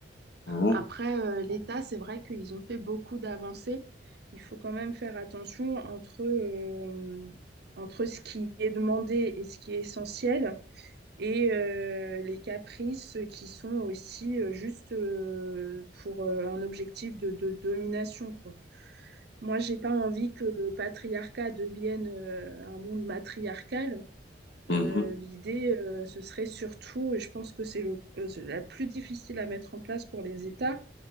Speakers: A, on the left; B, on the right.
A: mhm,
B: Après, euh, l'État, c'est vrai qu'ils ont fait beaucoup d'avancées. Il faut quand même faire attention entre, euh, entre ce qui est demandé et ce qui est essentiel. Et euh, les caprices qui sont aussi euh, juste euh, pour euh, un objectif de, de domination, quoi. Moi, j'ai pas envie que le patriarcat devienne euh, un monde matriarcal.
A: mhm,
B: Euh,
A: mhm,
B: l'idée, euh, ce serait surtout, et je pense que c'est le, euh, c'est la plus difficile à mettre en place pour les États,